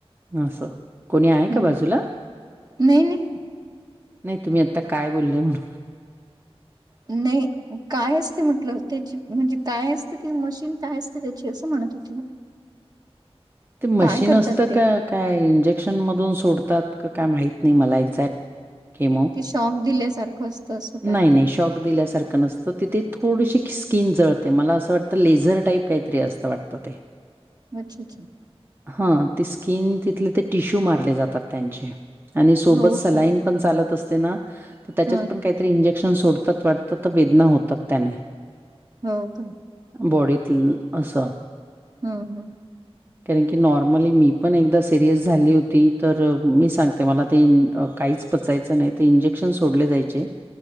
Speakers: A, on the right; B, on the right.
A: आसं कोणी आहे
B: हम्म
A: का बाजूला?
B: नाही नाही
A: नाय तुम्ही आत्ता काय बोलले म्हणून
B: नाही. काय असते म्हटलं त्याची म्हणजे काय असते ती मशीन काय असते त्याची असं म्हणत होती मी.
A: ते मशीन
B: काय करतात
A: असतं
B: ते
A: का काय इंजेक्शन मधून सोडतात का काय माहत नाही मला एक्झॅक्ट. केमो
B: की शॉक दिल्यासारखं असत असं
A: नाही,
B: काय
A: नाही.
B: ते?
A: शॉक दिल्यासारखं नसतं तिथे थोडीशी स्किन जळते मला असं वाटतं लेझर टाईप कायतरी असतं वाटतं ते.
B: अच्छा अच्छा.
A: हा ते स्किन तिथले ते टिश्यू मारले जातात त्यांचे आणि सोबत
B: हो
A: सलाईन
B: का
A: पण चालत असते ना? तर त्याच्यात
B: हा
A: पण काहीतरी इंजेक्शन सोडतात वाटत. तर वेदना होतात त्याने.
B: हो का?
A: बॉडी <unintelligible> अस.
B: हम्म हम्म.
A: कारण की नॉर्मली मी पण एकदा सिरियस झाली होती. तर मी सांगते मला ते काहीच पचायचं नाही. त इंजेक्शन सोडले जायचे-